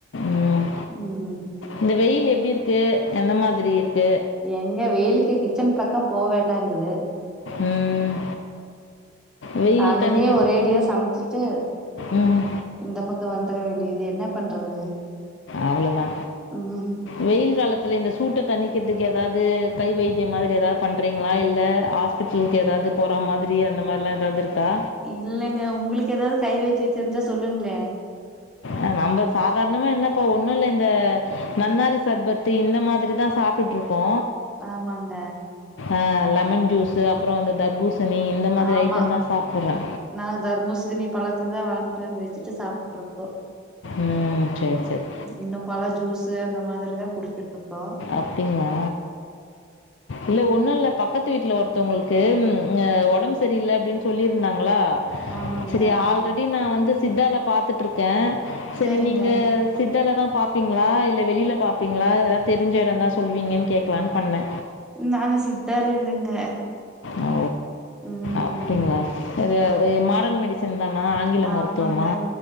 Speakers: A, on the left (about 65°); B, in the centre.
A: ம்.
B: உம் ம்
A: இந்த வெயில் எப்டி இருக்கு எந்த மாதிரி இருக்கு
B: எங்க வெயிலுக்கு கிச்சன் பக்கோ போ வேண்டாங்குது
A: ம் ம் வெயில்
B: காலையிலயே
A: தணிக்கற்த்
B: ஒரேடியா சமைச்சிட்டு
A: ம்
B: இந்த பக்கோ வந்தர வேண்டியது என்னா பண்றது
A: அவ்ளோதா
B: ம்
A: வெய்ல் காலத்துல இந்த சூட்ட தணிக்கிற்துக் எதாவ்து கை வைத்தியம் மாதிரி எதாவ் பண்றீங்ளா இல்ல ஹாஸ் பிட்டல்க் எதாவ்து போற மாதிரி அந்த மாரிலா எதாவ்து இருக்கா
B: இல்லைங்க உங்ளுக் எதாவ்து கை வைத்தியோ தெரிஞ்சா சொல்லுங்ளே
A: அ நம்ப சாதாரணமா என்ன இப்ப ஒன்னுல்ல இந்த நன்னாரி சர்பத்து இந்த மாதிரிதா சாப் ட்டுட்ருக்கோ
B: ஆமாங்க
A: ஆ லெமன் ஜூஸு அப்பறோ இந்த தர்பூசணி இந்த மாதிரி
B: ஆமா
A: ஐட்டம் தா சாப்பிட்றோ
B: நாங்க தர்பூசணி பழத்த தா வாங்கீட் வந் வெச்சுட்டு சாப்ட்டுட்ருக்கோ
A: ம் சேரி சேரி
B: இன்னு பழ ஜூஸு அந்த மாதிரி தா குடிச்சி ட்ருக்கோ
A: அப்டிங்ளா இல்ல ஒன்னுல்ல பக்கத்து வீட்ல ஒருத்தவ்ங்கள்க்கு ம் அ ஒடம் செரியில்ல அப்டின் சொல்லியிருந்தாங்களா
B: ஆமாங்க
A: செரி ஆல்ரெடி நா வந்து சித்தால பாத்துட்ருக்கே செரி
B: செரிங்க
A: நீங்க சித்தால தா பாப்பீங்ளா இல்ல வெளில பாப்பீங்ளா எதாவ்து தெரிஞ்ச எடோ இர்ந்தா சொல்லுவீங்கன் கேக்கலான் பண்ணே
B: நாங்க சித்தால இல்லங்க
A: ஓ
B: ம்
A: அப்டிங்ளா அது
B: ஆ
A: எ மாடன் மெடி சன் தானா ஆங்கில
B: ஆமாங்க
A: மருத்துவமா